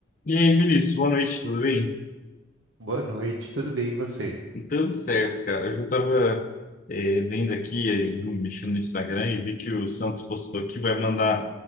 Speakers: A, on the left; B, on the right.
A: E aí, Vinícius, boa noite, tudo bem?
B: Boa noite, tudo bem e você?
A: Tudo certo, cara. Eu já tava eh, vendo aqui, eh, no- mexendo no Instagram e vi que o Santos postou que vai mandar